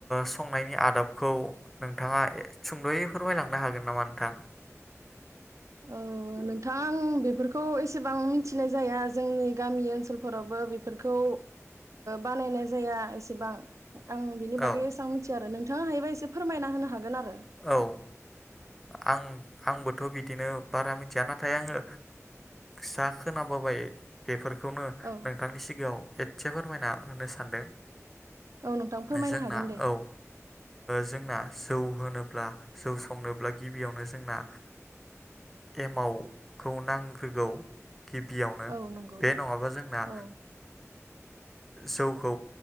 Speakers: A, in the centre; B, on the right.
A: संनायनि आदाबखौ नोंथाङा ए सुंद'यै फोरमायलांनो हागोन नामा नोंथां?
B: औ नोंथां आं बेफोरखौ एसेबां मिथिनाय जाया। जोंनि गामि ओनसोलफोरावबो बेफोरखौ बानायनाय जाया एसेबां। आं बिनि
A: औ
B: बागै एसेबां मिथिया आरो नों थाङा हायोबा एसे फोरमायना होनो हागोन आरो।
A: औ ओ आं आंबोथ' बिदिनो बारा मिथिया नाथाय आङो जा खोनाबोबाय बेफोर खौनो
B: औ
A: नोंथांनि सिगाङाव एसे फोरमायना होनो सानदों
B: औ नोंथां फोरमायनो
A: जों
B: हागोन दे
A: औ जों ज जौ संनोब्ला गिबियावनो जोंना एमावखौ नांग्रोगौ गिबियावनो
B: औ नंगौ
A: बे नङाबा जोंना
B: औ
A: जौखौ